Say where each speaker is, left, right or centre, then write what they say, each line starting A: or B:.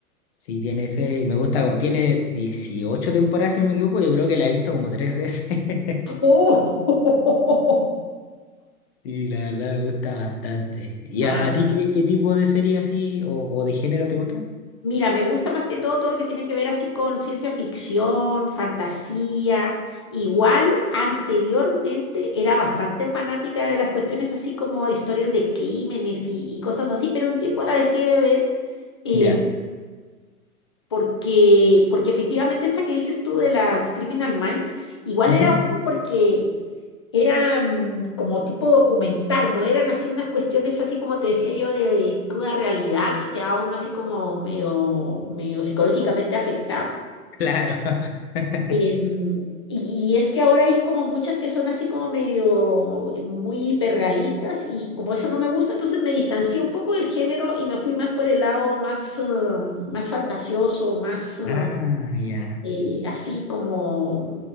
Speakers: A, on the left; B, on the left.
A: sí, tiene ese. y Me gusta como. Tiene 18 temporadas, si no me equivoco. Yo creo que la he visto como tres veces. <laughs>
B: ¡Oh! <laughs>
A: Y la verdad me gusta bastante. ¿Y
B: Ah.
A: a, a ti qué, qué tipo de serie así o, o de género te gusta?
B: Mira, me gusta más que todo todo lo que tiene que ver así con ciencia ficción, fantasía. Igual, anteriormente era bastante fanática de las cuestiones así como de historias de crímenes y, y cosas así, pero un tiempo la dejé de ver em,
A: Ya.
B: porque, porque efectivamente esta que dices tú de las Criminal Minds, igual
A: Ujú.
B: era bueno porque era mm, como tipo documental, no eran así unas cuestiones así como te decía yo de, de cruda realidad que quedaba uno así como medio, medio psicológicamente afectado.
A: Claro. <laughs>
B: Em, y, y es que ahora hay como muchas que son así como medio eh, muy hiperrealistas y como eso no me gusta, entonces me distancié un poco del género y me fui más por el lado más, em, más fantasioso, más eh,
A: Ah, ya.
B: eh, así como